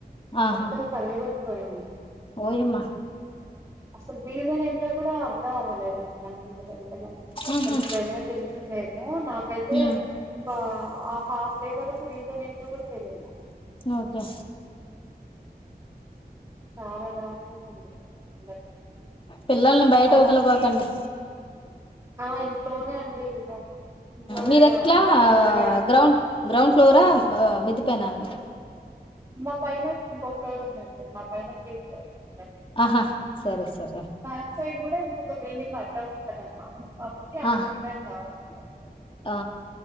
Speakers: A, on the left; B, on the right.
A: ఆహా
B: మొత్తం తగలబడి పోయింది
A: ఓయమ్మా
B: అసలు రీజన్ ఏంటో కూడా అర్థం అవ్వట్లే లేదంట ఇంక వెళ్కనే
A: ఉహు
B: మనకి ప్రేమనే తెలిసిందేమో నాకైతే
A: ఉ
B: అ ఒక హాఫ్ డే వరకు రీజన్ ఏంటో కూడా తెలిద
A: ఓకే
B: చారాధారుణ ఉ ఎ
A: పిల్లల్ని బయట
B: మా
A: వదలబాకండి
B: మమ్మీ ఆ ఇంట్లోనే అండి ఇంకా
A: మీ
B: అలా
A: దగ్ట్లా
B: ఏమంటారు కదా
A: గ్రౌండ్ గ్రౌండ్ ఫ్లోరా మెదిపోనా అ
B: మా పైన ఇంకో ఫ్లోర్ ఉందండి మా పైన త్రీ ఫ్లోర్స్ ఉ
A: ఆహా సరే సరే
B: బ్యాక్ సైడ్ కూడా ఇంక ఒక బిల్డింగ్ంది ఉంటదన్నమాట కాబట్టి అంత
A: ఆ
B: ఏంటం రావట్లేదు
A: ఆ